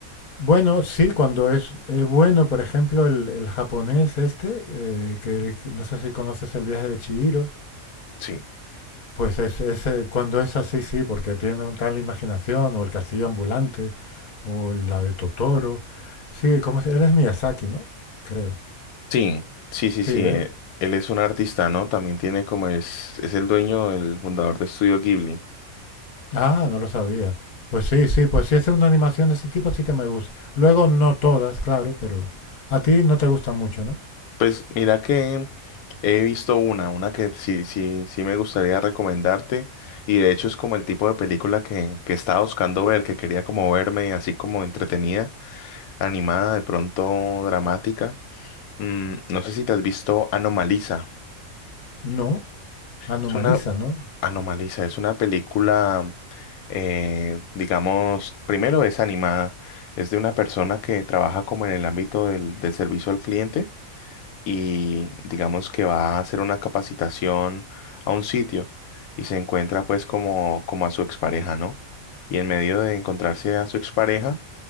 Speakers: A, on the left; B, on the left.
A: Bueno, sí, cuando es eh, bueno, por ejemplo, el, el japonés este, eh, que no sé si conoces el viaje de Chihiro,
B: Sí.
A: pues es, es, eh, cuando es así, sí, porque tiene un tal imaginación, o el castillo ambulante, o la de Totoro. Sí, ¿cómo se- Él es Miyazaki, ¿no? Creo.
B: Sí, sí, sí, sí.
A: Sí, eh.
B: eh, Él es un artista, ¿no? También tiene como es, es el dueño, el fundador de Estudio Ghibli.
A: Ah, no lo sabía. Pues sí, sí, pues si es una animación de ese tipo, sí que me gusta. Luego, no todas, claro, pero a ti no te gustan mucho, ¿no?
B: Pues mira que he visto una, una que sí, sí, sí me gustaría recomendarte y de hecho es como el tipo de película que, que estaba buscando ver, que quería como verme así como entretenida. animada, de pronto dramática. Mm, no sé si te has visto Anomaliza.
A: No, Anomaliza,
B: Es una
A: ¿no?
B: Anomaliza, es una película, eh, digamos, primero es animada, es de una persona que trabaja como en el ámbito del, del servicio al cliente y digamos que va a hacer una capacitación a un sitio y se encuentra pues como, como a su expareja, ¿no? Y en medio de encontrarse a su expareja,